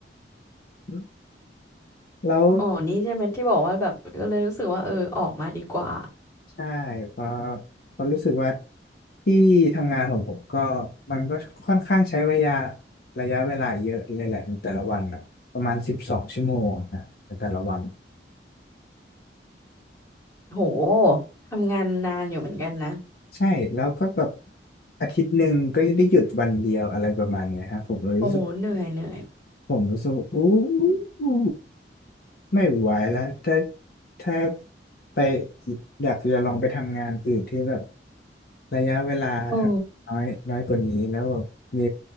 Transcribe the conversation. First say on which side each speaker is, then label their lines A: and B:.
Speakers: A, on the left; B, on the left.
A: <laughs> แล้ว
B: อ๋อนี่ใช่ไหมที่บอกว่าแบบก็เลยรู้สึกว่าเออออกมาดีกว่า
A: ใช่เพราะเพราะรู้สึกว่าที่ทำงานของผมก็มันก็ค่อนข้างใช้ระยะระยะเวลาเยอะเลยแหละในแต่ละวันน่ะประมาณสิบสองชั่วโมงนะในแต่ละวัน
B: โหทำงานนานอยู่เหมือนกันนะ
A: ใช่แล้วก็แบบอาทิตย์หนึ่งก็จะได้หยุดวันเดียวอะไรประมาณเนี้ยฮะผมเลยรู้สึก
B: โอ้โหเหนื่อยเหนื่อย
A: ผมรู้สึกว่าอู้อู้ไม่ไหวแล้วถ้าถ้าไปอยากจะลองไปทำงานอื่นที่แบบระยะเวลาทำน้อยน้อยกว่านี้แล้วแบบมี
B: โอ้